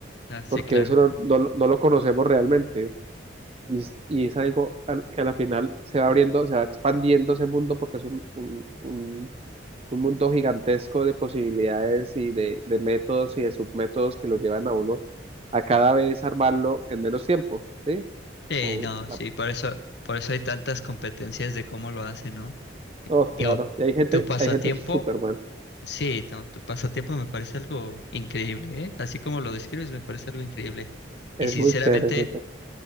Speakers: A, on the left; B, on the right.
A: No, sí,
B: Porque
A: claro.
B: eso no, no lo no lo conocemos realmente. Y, es- y es algo al- que a la final se va abriendo, se va expandiendo ese mundo porque es un, un, un mundo gigantesco de posibilidades y de, de métodos y de submétodos que lo llevan a uno a cada vez armarlo en menos tiempo, ¿sí?
A: Sí,
B: Como
A: no,
B: la-
A: sí, por eso, por eso hay tantas competencias de cómo lo hacen, ¿no?
B: oh,
A: Digo,
B: claro. Y hay gente,
A: tu pasatiempo.
B: hay gente súper buena.
A: Sí, no, tu pasatiempo me parece algo increíble, ¿eh? Así como lo describes, me parece algo increíble.
B: Es
A: Y sinceramente,
B: muy chévere, es muy chévere.